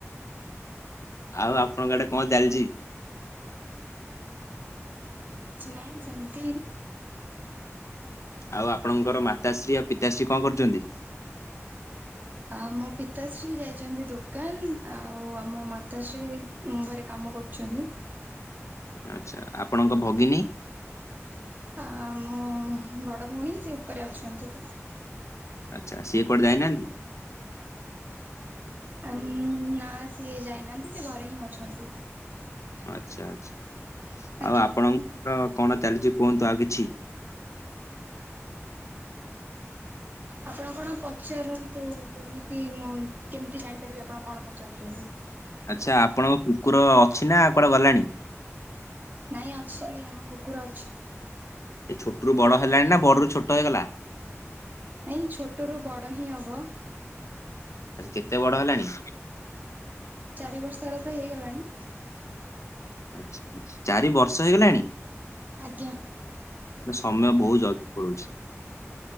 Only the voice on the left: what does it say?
ଆଉ ଆପଣଙ୍କ ଆଡେ କଣ ଚାଲିଚି?
ଆଉ ଆପଣଙ୍କର ମାତାଶ୍ରୀ ଆଉ ପିତାଶ୍ରୀ କଣ କରୁଚନ୍ତି?
ଆଚ୍ଛା ଆପଣଙ୍କ ଭଗିନୀ?
ଆଚ୍ଛା ସିଏ କୁଆଡେ ଯାଇନାହାନ୍ତି?
ଆଚ୍ଛା ଆଚ୍ଛା
ଆଉ ଆପଣଙ୍କ କଣ ଚାଲିଚି କୁହନ୍ତୁ ଆଉ କିଛି।
ଆଚ୍ଛା ଆପଣଙ୍କ କୁକୁର ଅଛି ନା କୁଆଡେ ଗଲାଣି?
ଏ ଛୋଟରୁ ବଡ ହେଲାଣି ନା ବଡରୁ ଛୋଟ ହେଇଗଲା?
ଆ- ସେ କେତେ ବଡ ହେଲାଣି?
ଆଚ୍ଛା-ଆଚ୍ଛା ଚାରି ବର୍ଷ ହେଇଗଲାଣି?
ନା ସମୟ ବହୁତ୍ ଜଲ୍ଦି ପଳଉଚି।